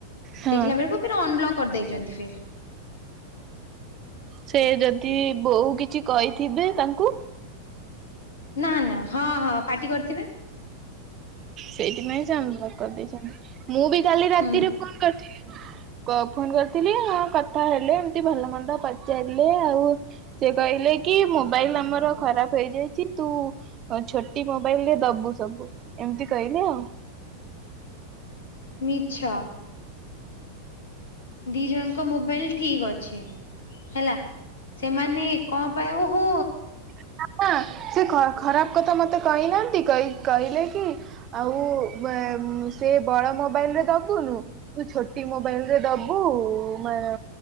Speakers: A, on the right (about 30°); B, on the left (about 65°).
A: ହଁ।
B: ଦେଖିଲା ବେଳକୁ ଫିର୍ ଅନବ୍ଲକ କରିଦେଇଛନ୍ତି ଫିର୍।
A: ସେ ଯଦି ବୋଉ କିଛି କହିଥିବେ ତାଙ୍କୁ?
B: ନା ନା ହଁ ହଁ ପାଟି କରିଥିବେ?
A: ସେଇଥିପାଇଁ ସେ ଅନ୍ ବ୍ଲକ କରିଦେଇଛନ୍ତି ମୁଁ ବି କାଲି ରାତିରେ
B: ହୁଁ
A: ଫୋନ କରିଥିଲି। ଫୋନ କରିଥିଲି ହଁ କଥା ହେଲେ ଏମତି ଭଲ ମନ୍ଦ ପଚାରିଲେ ଆଉ ସେ କହିଲେ କି ମୋବାଇଲ ଆମର ଖରାପ ହେଇଯାଇଛି ତୁ ଛୋଟି ମୋବାଇଲରେ ଦବୁ ସବୁ ଏମତି କହିଲେ ଆଉ।
B: ମିଛ। ଦି ଜଣଙ୍କ ମୋବାଇଲ ଠିକ୍ ଅଛି ହେଲା ସେମାନେ କଣ ପାଇଁ ଓହୋ
A: <unintelligible> ଅପା ସେ ଖ ସେ ଖରାପ କଥା ମତେ କହିନାହାନ୍ତି କ‌ଇ-କହିଲେ କି ଆଉ ସେ ବଡ ମୋବାଇଲରେ ଦୋବୁନୁ ତୁ ଛୋଟି ମୋବାଇଲ ରେ ଦୋ ବୁ ମାନେ